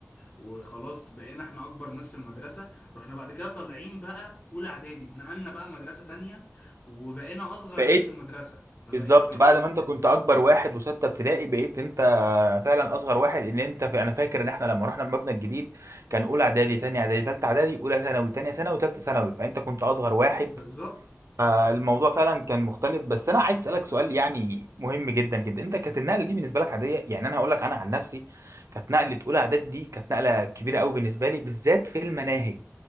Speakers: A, on the left; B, on the right.
A: وخلاص بقينا احنا أكبر ناس في المدرسة رحنا بعد كده طالعين بقى أولى إعدادي اتنقلنا بقى مدرسة تانية وبقينا أصغر
B: بقيت
A: ناس في المدرسة ما
B: بالظبط
A: بقيت ب...
B: بعد ما انت كنت اكبر واحد وستة ابتدائي بقيت انت فعلا اصغر واحد ان انت في انا فاكر ان احنا لما رحنا المبنى الجديد كان اولى اعدادي تانية اعدادي تالتة اعدادي اولى ثانوي تانية ثانوي تالتة ثانوي فانت كنت اصغر واحد
A: بالظبط
B: فالموضوع فعلا كان مختلف بس انا عايز اسالك سؤال يعني مهم جدا جدا انت كانت النقله دي بالنسبه لك عاديه يعني انا هقول لك انا عن نفسي كانت نقله اولى اعدادي دي كانت نقله كبيره قوي بالنسبه لي بالذات في المناهج